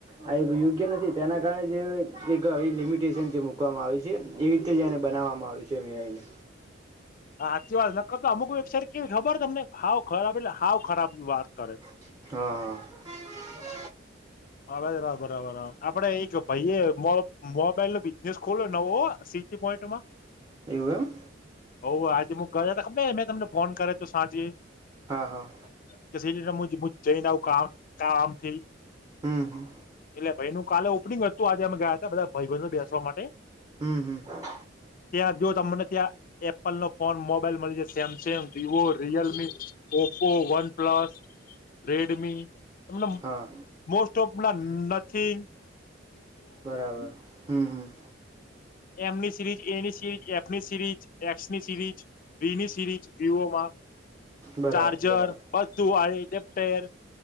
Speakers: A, on the right; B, on the left.
A: આ એ યોગ્ય નથી. તેના કારણે જે એક આવી લિમિટેશન જે મૂકવામાં આવી છે. એવી રીતે જ એને બનાવવામાં આવ્યું છે એમ એઆઇને
B: હાચી વાત નકર તો અમુક વેબસાઇટ કેવી ખબર તમને હાવ ખરાબ એટલે હાવ ખરાબ વાત કરે.
A: હહ હહ
B: આવેજ રો બરાબર હા આપડે એક ભાઈએ મો મોબાઈલ નો બિઝનેસ ખોલો નવો સીટી પોઈન્ટમાં.
A: એવું એમ?
B: હોવે આજે મુ ગયા તા ખબર હે મેં તમને ફોન કર્યો તો સાંજે.
A: હા હા.
B: કે સિરી રમુ જઈને કામ કામથી
A: હમ હમ
B: એટલે ભાઈનું કાલે ઓપનિંગ હતું આજે અમે ગયાતા બધા ભાઈબંધો બેસવા માટે.
A: હમ હમ.
B: ત્યાં જો તમને ત્યાં એપલનો ફોન મોબાઈલ મળી જાય Samsung Vivo, Realme, Oppo, one plus, Redmi તમને
A: હા.
B: મોસ્ટ ઓફ ના નથિંગ
A: બરાબર હમ હમ.
B: એમની સિરીઝ એની સિરીઝ એક્સની સિરીઝ બીની સિરીઝ વિવોમાં
A: બરાબર
B: ચાર્જર
A: બરાબર
B: બધુ વાળી <unintelligible>